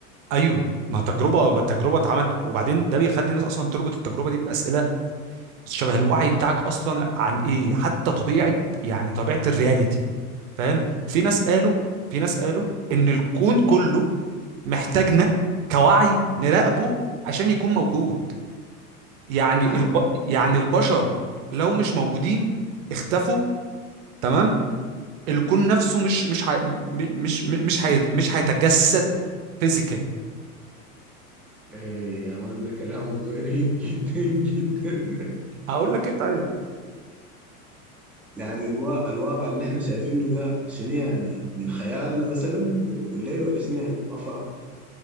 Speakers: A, on the right (about 60°); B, in the centre.
A: ايوه ما تجربه تجربه اتعملت وبعدين ده بيخلي الناس اصلا تربط التجربه دي باسئله شبه الوعي بتاعك اصلا عن ايه حتى طبيعه يعني طبيعه الرياليتي فاهم في ناس قالوا في ناس قالوا ان الكون كله محتاجنا كوعي نراقبه عشان يكون موجود يعني
B: ها؟
A: الب... يعني البشر لو مش موجودين اختفوا تمام الكون نفسه مش مش ح... مش مش مش هي... مش هيتجسد فيزيكالي
B: إيه يا مان ده كلام غريب <laughs> جدا جدا
A: اقول لك انت
B: يعني الوا... الواقع اللي نحن شايفينه ده شنو يعني من خيالنا مثلا أنت بتقول لي ولا شنو يعني ما فاهم